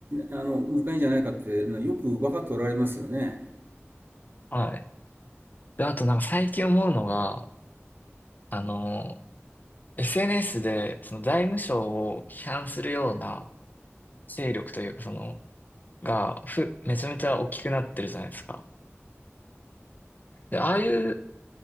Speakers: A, on the right; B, on the left.
A: あの、難しいんじゃないかっていうのはよく分かっておられますよね。
B: はい。で、あとなんか最近思うのが、あの、SNS で、その財務省を批判するような勢力というか、その、が、ふ、めちゃめちゃ大きくなってるじゃないですか。で、ああいう、